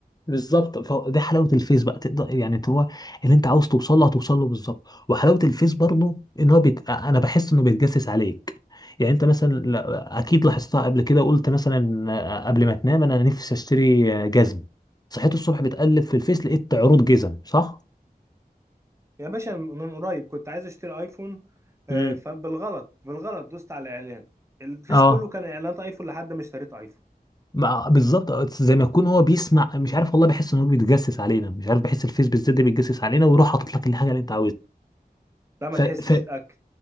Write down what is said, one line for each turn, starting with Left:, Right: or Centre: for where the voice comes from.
Left: بالظبط فدي حلاوه الفيس بقى تقدر يعني هو اللي انت عاوز توصل له هتوصل له بالظبط وحلاوه الفيس برضه ان هو بيت... انا بحس انه بيتجسس عليك يعني انت مثلا لا- اكيد لاحظتها قبل كده قلت مثلا قبل ما تنام انا نفسي اشتري جزم صحيت الصبح بتقلب في الفيس لقيت عروض جزم صح
Right: يا باشا من قريب كنت عايز اشتري ايفون آه،
Left: امم
Right: فبالغلط بالغلط دوست على الاعلان الفيس
Left: اه
Right: كله كان اعلانات ايفون لحد ما اشتريت ايفون
Left: ما- بالظبط زي ما يكون هو بيسمع مش عارف والله بحس ان هو بيتجسس علينا مش عارف بحس الفيس بالذات ده بيتجسس علينا ويروح حاطط لك الحاجه اللي انت
Right: لا ما تحسش
Left: عاوزها
Right: اتاكد